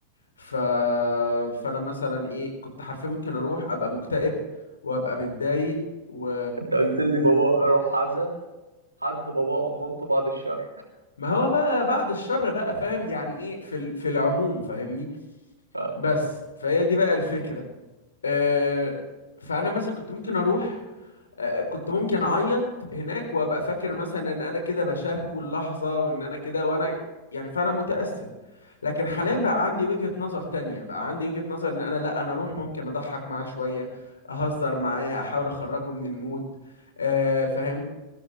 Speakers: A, on the left; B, on the right.
A: ف... فانا مثلا ايه كنت حرفيا ممكن اروح ابقى مكتئب وابقى متضايق و
B: انت قلت لي بابا روح عزا حد بابا أم مامته بعد الشر
A: ما هو بقى بعد الشر بقى فاهم يعني ايه في ال... في العموم فاهمني
B: اه،
A: بس فهي دي بقى الفكره آه فانا مثلا كنت ممكن اروح آه، كنت ممكن اعيط هناك وابقى فاكر مثلا ان انا كده بشاركه اللحظه وان انا كده وانا يعني فعلا متاثر لكن حاليا
B: فاهم.
A: بقى عندي وجهه نظر تانية بقى عندي وجهه نظر ان انا لا انا اروح ممكن اضحك معاه شويه اهزر معاه احاول اخرجه من المود آه، فاهم